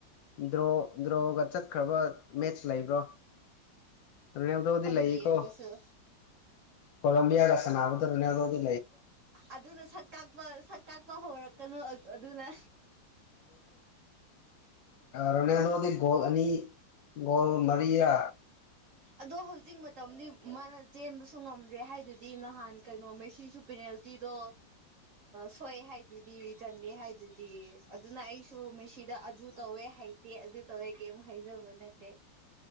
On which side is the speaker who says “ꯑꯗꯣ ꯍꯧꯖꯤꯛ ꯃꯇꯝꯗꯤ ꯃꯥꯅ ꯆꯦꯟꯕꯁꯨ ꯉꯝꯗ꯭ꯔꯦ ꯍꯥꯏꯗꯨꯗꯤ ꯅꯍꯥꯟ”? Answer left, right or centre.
Right